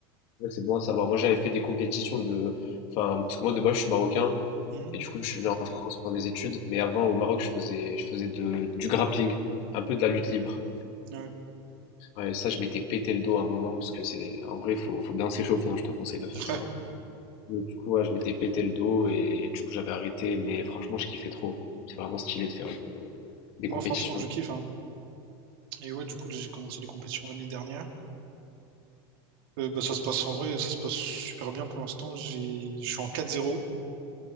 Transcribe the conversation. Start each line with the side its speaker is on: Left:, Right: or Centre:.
Left: Ouais, c'est bon à savoir. Moi, j'avais fait des compétitions de, enfin, parce que moi de base, je suis marocain
Right: Mhm.
Left: et du coup, je suis venu en France pour mes études. Mais avant, au Maroc, je faisais, je faisais de- du grappling, un peu de la lutte libre.
Right: Ouais.
Left: Ouais, et ça, je m'étais pété le dos à un moment parce que c'est, en vrai, faut, faut bien s'échauffer. hein, je te conseille de faire
Right: <laughs>
Left: ça.
Right: Ouais.
Left: Mais du coup, ouais, je m'étais pété le dos et, du coup, j'avais arrêté. Mais franchement, je kiffais trop. C'est vraiment stylé de faire de- des
Right: Moi,
Left: compétitions.
Right: franchement, je kiffe. hein. Et ouais, du coup, là, j'ai commencé les compétitions l'année dernière. Euh, bah, ça se passe en vrai, ça se passe super bien pour l'instant. J'ai... Je suis en quatre zéro